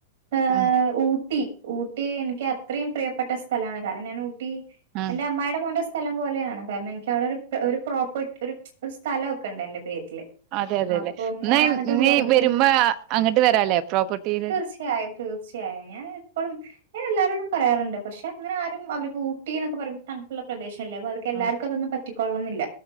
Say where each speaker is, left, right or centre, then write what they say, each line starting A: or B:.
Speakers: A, on the right (about 60°); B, on the right (about 45°).
A: ഏഹ്
B: ഉം
A: ഊട്ടി ഊട്ടി ഊട്ടി എനിക്ക് അത്രയും പ്രിയപ്പെട്ട സ്ഥലമാണ് കാരണം ഞാൻ ഊട്ടി
B: ഉം
A: ട്ടി എന്റെ അമ്മായിടെ സ്ഥലം പോലെയാണ് കാരണം എനിക്ക് അവിടെ ഒരു ഒരു പ്രോപ്പർ ഒരു ഒരു സ്ഥലമൊക്കെ ഉണ്ട് എന്റെ പേരില്
B: അതെ അതെ
A: അപ്പം
B: അതെ എന്നാ
A: ഞാൻ അങ്ങട്ട്
B: ഇനി
A: പോയി എനിക്ക്
B: വരുമ്പോ അങ്ങട്ട് വരാല്ലേ പ്രോപ്പർട്ടിയില്
A: തീർച്ചയായും തീർച്ചയായും ഞാൻ ഇപ്പോഴും ഞാൻ എല്ലാരോടും പറയാറുണ്ട് പക്ഷെ അങ്ങനെ ആരും അവർക്ക് ഊട്ടി എന്നക്കെ പറയുമ്പ ത ള്ള പ്രദേശം ല്ല അവ എല്ലാർക്കും
B: ആ
A: അതൊന്നും റ്റിക്കോളണന്നില്ല